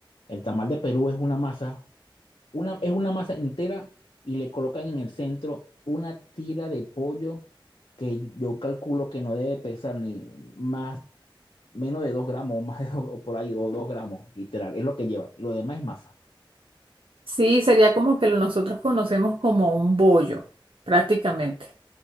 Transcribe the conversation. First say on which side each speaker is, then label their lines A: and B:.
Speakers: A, on the left; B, on the right.
A: El tamal de Perú es una masa. Una, es una masa entera y le colocan en el centro una tira de pollo que yo calculo que no debe pesar ni más, menos de dos gramos o más de dos- o por ahí, o dos gramos, literal. Es lo que lleva. Y lo demás es masa.
B: Sí, sería como que nosotros conocemos como un bollo, prácticamente.